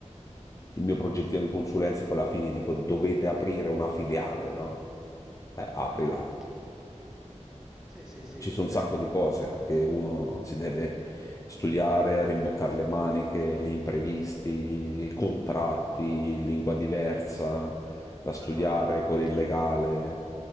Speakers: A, on the left (about 25°); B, in the centre.
A: il mio progettino di consulenza e poi alla fine dico dovete aprire una filiale, no? Eh, aprila.
B: Sì, sì, sì, sì,
A: Ci sono
B: certo.
A: un sacco di cose eh, che uno si deve studiare, rimboccare le maniche, imprevisti, contratti, lingua diversa, da studiare
B: Ah, no, no, chiaro.
A: con il
B: chiaro.
A: legale,